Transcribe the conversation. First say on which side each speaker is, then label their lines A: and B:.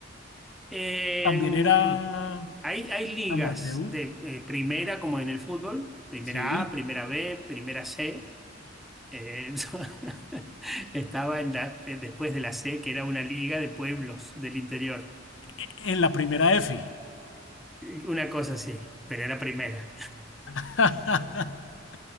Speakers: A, in the centre; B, on the left.
A: En-
B: También era
A: hay, hay ligas
B: amateur.
A: de eh, primera, como en el fútbol, primera
B: Sí.
A: A, primera B, primera C. Eh, <laughs> yo estaba en la, eh, después de la C, que era una liga de pueblos del interior.
B: E- En la primera F.
A: Eh, Una cosa así, pero era primera.
B: <laughs>